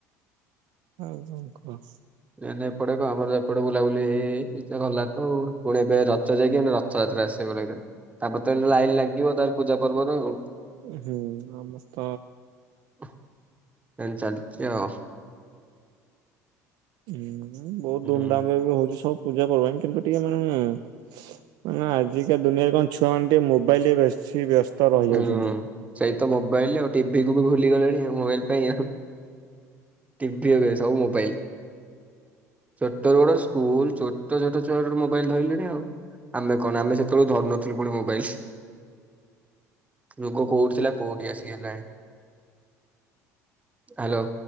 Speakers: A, on the right (about 55°); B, on the right (about 15°).
A: <unintelligible>
B: ନାଇଁ ନାଇଁ ଏପଟେ କ ଆମର ତ ଏପଟେ ବୁଲାବୁଲି ହେଇଜାଇ ଚି ଗଲା ତ ପୁଣି ଏବେ ରଜ ଯାଇକି ଏଇନେ ର ରଥ ଯାତ୍ରା ଆସିବ ପରା ଏଵେ। ତାପରେ ତ ଏଇନେ ଲାଇନ ଲାଗିବ ତାପରେ ପୂଜା ପର୍ବର ଆଉ।
A: ହୁଁ ଆମର ତ
B: ଏମିତି ଚାଲିଚି ଆଉ।
A: ହୁଁ ବୋହୁତ
B: ହୁଁ।
A: ଧୁମଧାମ ରେ ବି ହୋଉଚି ସବୁ ପୂଜା ପର୍ବାଣୀ କିନ୍ତୁ ଟିକେ ମାନେ ମାନେ ଆଜିକା ଦୁନିଆରେ କଣ ଛୁଆମାନେେ ଟିକେ ମୋବାଇଲ ବେଶୀ ବ୍ୟସ୍ତ। ରହିଯାଉଛନ୍ତି।
B: ହୁଁ ସେଇତ ମୋବାଇଲ ଆଉ ଟିଭି କୁ ବି ଭୁଲିଗ ଗଲେଣି ଆଉ ମୋବାଇଲ ପାଇଁ ଆଉ। ଟିଭି ଏଵେ ସବୁ ମୋବାଇଲ। ଛୋଟ ରୁ ବଡ ସ୍କୁଲ ଛୋଟ ଛୋଟ ଛୁଆ ଗୋଟେ ମୋବାଇଲ ଧଇଲେଣି ଆଉ। ଆମେ କଣ ଆମେ ସେତେବେଳୁ ଧରୁନଥୁଲୁ ପୁଣୀ ମୋବାଇଲ। ଯୁଗ କୋଉଠି ଥିଲା କୋଉଠି ଆସିିକିହେଲାଣି। ହାଲୋ।